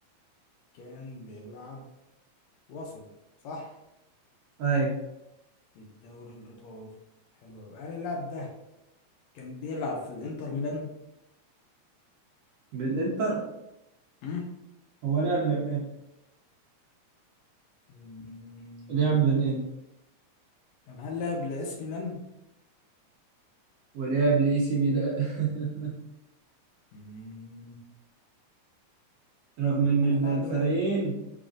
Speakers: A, on the left; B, on the right.
A: كان بيلعب وسط صح
B: أيوة
A: في الدوري الإيطالي حلو أوي هل اللاعب ده كان بيلعب في الإنتر ميلان؟
B: بالإنتر
A: مم.
B: هو لعب للإنتر
A: مم.
B: لعب للإنتر
A: طب هل لعب لإس ميلان؟
B: ولعب لإي سي ميلان <laughs>
A: مم.
B: رغم
A: طب
B: إن
A: هل
B: ال-
A: اللاعب
B: الفريقين
A: ده من